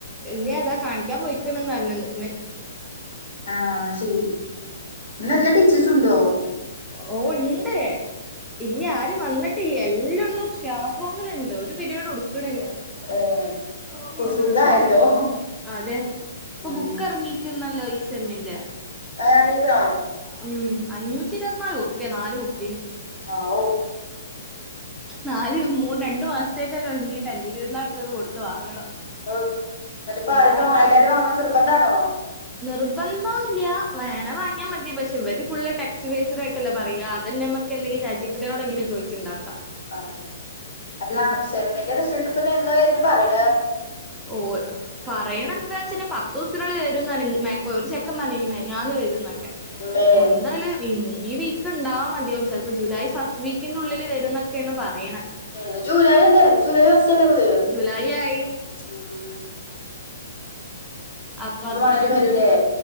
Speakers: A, in the centre; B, on the left.
A: ഇല്ല്യ ഇതാ കാണിക്കാൻ പോയിക്ക്ണ്ന്ന് പറഞ്ന്ന്.
B: ആഹ് ശെരി ഇന്നെല്ലാ ടീച്ചേഴ്സുണ്ടോ?
A: ഓ ഇണ്ട് ഇല്ല്യാ അ അരും വന്നിട്ടില്ല്യാ എല്ലാണ്ണും സ്റ്റാഫ് റൂമിലുണ്ട് ഒരു പിരിയേടും ഇട്ക്ക്ണില്യ.
B: ഏഹ്
A: അ
B: ഇപ്പൊ സുഖായല്ലോ
A: ഇപ്പൊബുക് അതെ ഇപ്പൊ
B: ഉം
A: ബുക്ക് ഇറങ്ങീക്ക് ന്നല്ലോ ഈ സെമ്മിന്റെ
B: <unintelligible>
A: ഉം അഞ്ഞൂറ്റി ഇരുപത്തിനാല്റുപ്പിയാ നാല് ബുക്ക്
B: ആവു
A: നാല് മൂന്ന് രണ്ടു മാസത്തേക്കൊക്കെ വേണ്ടിട്ട അഞ്ഞൂറ്റി ഇരൂപത്തിനാൽ ക്കോ കൊടുത്ത് വാങ്ങണം.
B: ഹ് ന്നട്ട്പ്പോ ആരൊക്കെ
A: അതാണ് പാട്
B: എല്ലാരും വാങ്ങണം നിർബന്ധാണോ?
A: നിർബന്ധം ഇല്ല വേണ വാങ്ങിയാൽ മതി പക്ഷെ ഇവര് ഫുള് ടെക്സ്റ്റ് ബേയ്സെഡ് ആയിട്ടു ട്ടല്ലേ പറയാ അതെന്നെ മ്മക്ക് എന്തെങ്കിലും ചാറ്റ് ജി പി നോട് എങ്കിലും ചോയ്ച്ചിണ്ടാക്ക.
B: ആ അല്ല സെമ്മിന്റെ റിസൾട്ട ഇപ്പൊ എന്നാ വ രുന്നേ പറയുന്നേ?
A: ഓ പറയണെന്ത്‌? ച്ച് പത്ത് ദിവസത്തിനുള്ളിൽ വരും പറഞ്ഞി മേ ക്കൊ ഒരു ചെക്കൻ പറഞ്ഞനി മിനിഞ്ഞാന്ന് വെരുന്നൊക്കെ.
B: ഇമ്മേ
A: ഒന്നാലും ഈ വീക്ക് ഉണ്ടാവും അധികവും ചിലപ്പോ ജൂലൈ ഫസ്റ്റ് വീക്കിന്റെ ഉള്ളില് വരുന്നൊക്കെയാണ് പറയ്ണേ.
B: മം ജൂലായി അല്ലേ ജൂലൈ ഫാസ്റ്റ് അല്ലെ പ്പത്
A: ജൂലൈ ആയി
B: മം.
A: അപ്പത്
B: വേണേലും
A: അ
B: വരൂലേ